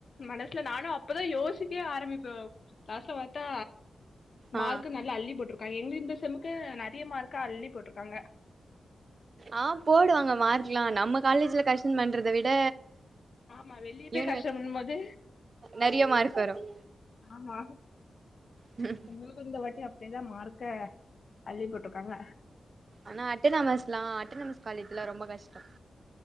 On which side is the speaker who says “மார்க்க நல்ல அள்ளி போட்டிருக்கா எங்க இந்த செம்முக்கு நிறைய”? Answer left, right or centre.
Left